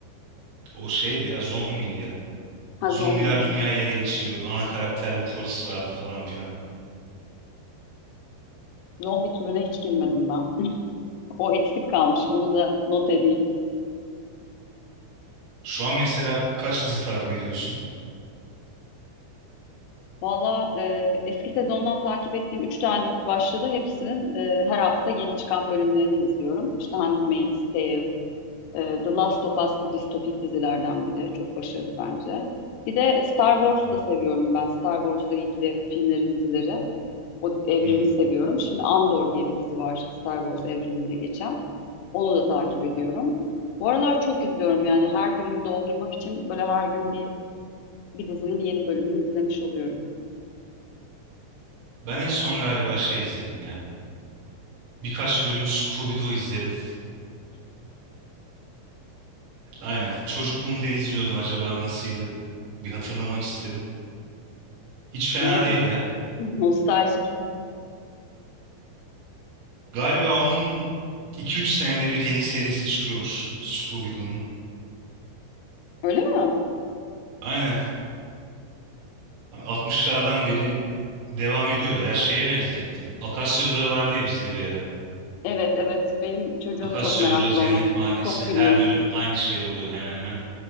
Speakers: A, on the right; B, on the left.
A: O şeydi ya zombiydi ya.
B: Ha
A: Zombiler
B: zombi.
A: dünyayı ele geçiriyordu. Ana karakter bir polis vardı falan filan.
B: Zombi türüne hiç girmedim ben. <laughs> O eksik kalmış. Onu da not edeyim.
A: Şu an mesela kaç dizi takip ediyorsun?
B: Valla e, eski sezondan takip ettiğim 3 tane dizi başladı. Hepsinin e, her hafta yeni çıkan bölümlerini izliyorum. İşte Handmaid's Tale, e, The Last of Us bu distopik dizilerden biri. Çok başarılı bence. Bir de Star Wars
A: Hmm.
B: da seviyorum ben. Star Wars'la ilgili filmleri, dizileri. O evreni
A: Hmm.
B: seviyorum. Şimdi Andor diye bir dizi var Star Wars evreninde geçen. Onu da takip ediyorum. Bu aralar çok izliyorum yani her günümü doldurmak için böyle her gün bir, bir dizinin yeni bölümünü izlemiş oluyorum.
A: Ben en son galiba şey izledim ya. Birkaç bölüm Scooby-Doo izledim. Aynen. Çocukluğumda izliyordum acaba nasıldı? Bir hatırlamak istedim. Hiç fena
B: Ama
A: değil
B: çok
A: ya.
B: <laughs> nostaljik.
A: Galiba onun iki üç senede bir yeni serisi çıkıyormuş Scooby-Doo'nun.
B: Öyle mi?
A: Aynen. Altmışlardan beri devam ediyor ya. Şeye benzettim. Akasya Durağı vardı ya bizde bir ara.
B: Evet evet benim çocuğum
A: Akasya
B: çok meraklı
A: Durağı Cennet
B: ona.
A: Mahallesi
B: Çok gülüyor.
A: her bölüm aynı şey oluyor hemen hemen.